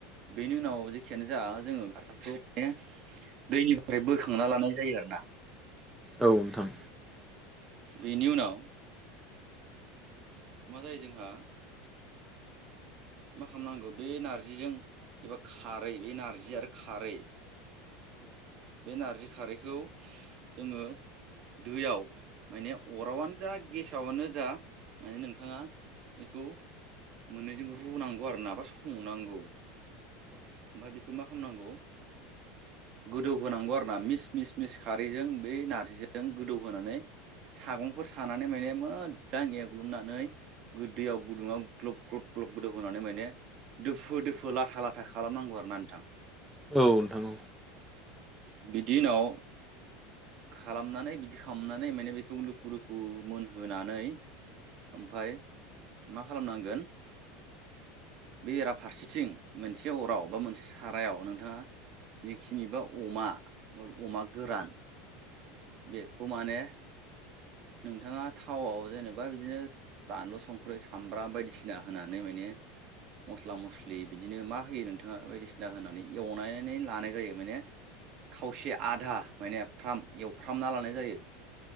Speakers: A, on the right; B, in the centre.
A: बेनि उनाव जेखियानो जा जोङो <unintelligible> माने दैनिफ्राय बोखांना लानाय जायो आरोना
B: औ नोंथां।
A: बेनि उनाव मा जायो जोंहा मा खालामनांगौ बे नारजिजों एबा खारै बे नारजि आरो खारै बे नारजि खारैखौ जोङो दैयाव माने अरावानो जा गेसावानो जा माने नोंथाङा बेखौ मोननैजों रुनांगौ गुवार नाबा संनांगौ ओमफाय बेखौ मा खालामनांगौ गोदौ होनांगौ आरो ना मिस मिस मिस खारैजों बै नारजिजों गोदौहोनानै सागंफोर सानानै माने मो जां एग्लुंनानै गो-दैयाव गुदुङाव ग्लब ग्लब ग्लब गोदौ होनानै माने दोफुद दोफो लाथा लाथा खालामनांगौ आरो ना नोंथां।
B: औ नोंथां।
A: बिदि उनाव खालामनानै बिदि खालामनानै माने बेखौ लुफु लुफु मोनहोनानै ओमफाय मा खालामनांगोन बेराफारसेथिं मोनसे अराव बा मोनसे सारायाव नोंथाङा जिखिनि बा अमा <unintelligible> गोरान बेखौ माने नोंथाङा थावआव जेनेबा बिदिनो बानलु संख्रि सामब्राम बायदिसिना होनानै माने मस्ला मस्लि बिदिनो मा होयो नोंथाङा बायदिसिना होनानै एवनानै लानाय जायो माने खावसे आधा माने फ्राम एवफ्रामना लानाय जायो